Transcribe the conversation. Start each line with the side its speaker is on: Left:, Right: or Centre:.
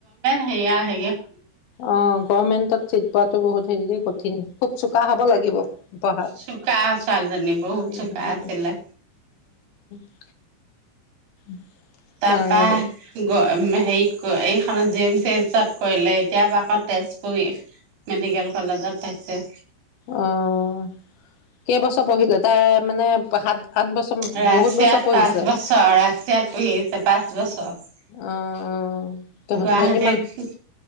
Right: সয়াৰ হে
Left: অ গভমেণ্টত চিক পোৱাাতটো বহুত হেৰি কঠিন। খুব চোকা হ'ব লাগিব। পঢ়াত।
Right: চুকা ছোৱালী জনি বহুত
Left: উম,
Right: চুকা
Left: হম,
Right: আছিলে।
Left: উম <unintelligible>
Right: তপা
Left: বাৰু
Right: গছ হেৰিত এইখনত জি এম চি এচত কৰিলে এতিয়াৰ পৰা আকৌ তেজপুৰ মেডিকেল কলেজত পাইছে।
Left: অ', কেইবছৰ পঢ়িলে তাই মানে সাত আঠ বছৰ
Right: ৰাছিয়াত
Left: বহুত বছৰ পঢ়িছে।
Right: পাঁচ বছৰ ৰাছিয়াত পুহিছে পাঁচ বছৰ।
Left: অ', অ', ধ
Right: গুৱাহাটীত
Left: ধনী মান